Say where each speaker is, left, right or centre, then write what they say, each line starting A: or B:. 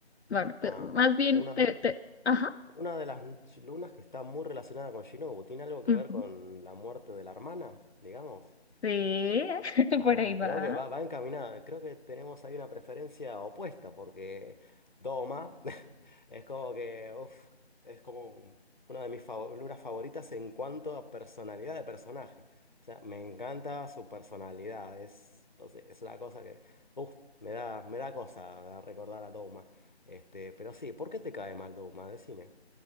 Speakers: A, on the left (about 75°); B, on the left (about 45°).
A: Bueno, pues,
B: Ajá.
A: más bien,
B: Una,
A: te,
B: de-
A: te- ajá.
B: una de las lunas que está muy relacionada con Shinobu. ¿Tiene algo que
A: ujú.
B: ver con la muerte de la hermana, digamos?
A: Sí, <laughs>
B: Ah,
A: por ahí va.
B: creo que va, va encaminada. Creo que tenemos ahí una preferencia opuesta, porque Doma <laughs> es como que, uf, es como una de mis figuras favoritas en cuanto a personalidad de personaje. O sea, me encanta su personalidad. Es, no sé, es una cosa que, uf, me da, me da cosa recordar a Doma. Este, pero sí, ¿por qué te cae mal Doma? Decime.